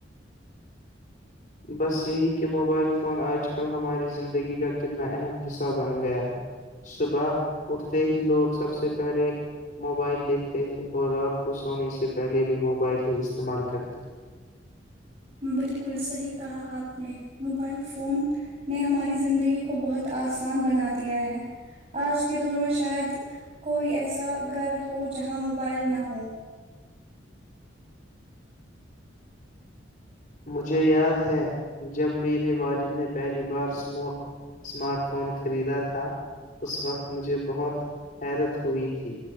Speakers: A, on the left; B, on the right.
A: بس یہی کہ موبائل فون آج کل ہماری زندگی کا کتنا اہم حصہ بن گیا ہے صبح اٹھتے ہی لوگ سب سے پہلے موبائل دیکھتے ہیں اور رات کو سونے سے پہلے بھی موبائل ہی استعمال کرتے ہیں
B: بالکل صحیح کہا آپ نے موبائل فون نے ہماری زندگی کو بہت آسان بنا دیا ہے آج کے دور میں شاید کوئی ایسا گھر ہو جہاں موبائل نہ ہو
A: مجھے یاد ہے جب میرے والد نے پہلی بارو اسمارٹ فون خریدا تھا اس وقت مجھے بہت حیرت ہوئی تھی